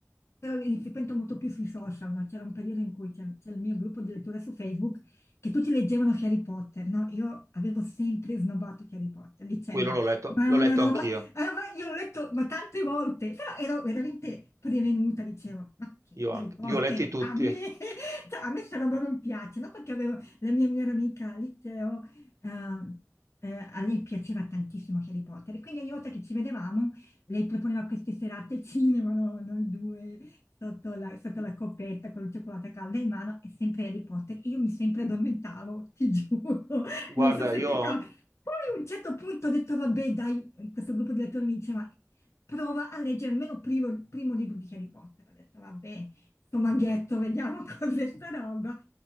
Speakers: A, on the left (about 60°); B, on the right (about 75°).
A: però li frequento molto più sui social, no? C'era un periodo in cui c'è- c'era il mio gruppo di lettura su Facebook che tutti leggevano Harry Potter, no? Io avevo sempre snobbato Harry Potter dicendo,
B: quello l'ho letto,
A: ma è
B: l'ho
A: una
B: letto
A: roba,
B: anch'io,
A: è una roba- io l'ho letto ma tante volte, però ero veramente prevenuta, dicevo, ma che
B: io anche.
A: Harry Potter,
B: Li ho letti tutti.
A: a me, <laughs> cioè, a me sta roba non piace, no? Perché avevo la mia migliore amica al liceo eh, eh, a lei piaceva tantissimo Harry Potter e quindi ogni volta che ci vedevamo lei proponeva queste serate al cinema, no? Noi due sotto la, sotto la coppetta con il cioccolato caldo in mano e sempre Harry Potter. E io mi sempre addormentavo, ti giuro, <laughs> non
B: Guarda,
A: so se
B: io
A: ti capita. Poi a un certo punto ho detto, vabbè, dai, questo gruppo di lettori mi diceva, prova a leggere almeno il primo, primo libro di Harry Potter. Ho detto, vabbè, sto maghetto, vediamo <laughs> cos'è sta roba.